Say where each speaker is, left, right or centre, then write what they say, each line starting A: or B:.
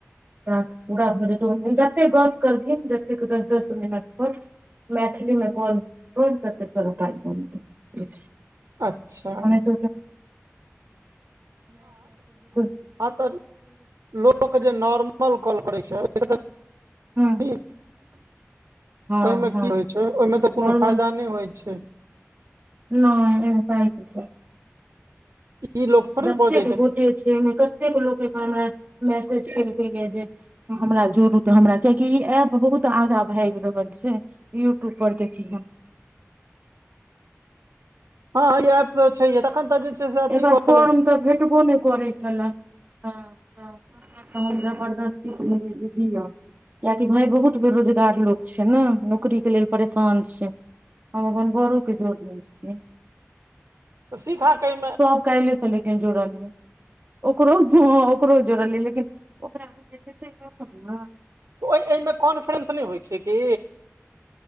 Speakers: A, on the right; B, on the right.
A: टास्क पूरा भऽ जेतौ जतेक गप करबीन जतेक दस दस मिनट पर मैथिलीमे कोन कोन क त‌तेकतोरा पै
B: अच्छा
A: ओने त <unintelligible>
B: ह तऽ लोक जे नॉर्मल कॉल करे छै ओहिसँ तऽ
A: हँ
B: नीक
A: हँ
B: ओहिमे
A: हँ
B: की होइ छै ओहिमे तऽ कोनो
A: नॉर्मल
B: फायदा नहि होइ छै
A: नहि ए प छिये
B: ई लोक थोड़े
A: जतेक
B: बजै
A: गोटे छै ओहिमे कतेक लोकके हमरा मैसेज एलकै य जे हमरा जोड़ू त हमरा कियाकि ई ऐप बहुत आगा भाइग रहल छै यूट्यूब पर देखी ह
B: हँ इह एप त छै देखन तऽ छै से अथी
A: एकर
B: कहले
A: फॉर्म तऽ भेटबो नहि करै छले ह तहन बदस्ती दी य कियाकि भाय बहुत बेरोजगार लोक छै ने नौकरी के लेल परेशान छै हम अपन बरो के जोड़ने छीयै
B: तऽ सीखा कहै
A: सो कइे सल जोड़लै ओकरो ओकरो जोड़लियै लेकिन ओकरो <unintelligible>
B: ओहि एहिमे कॉन्फ्रेंस नहि होइ छै कि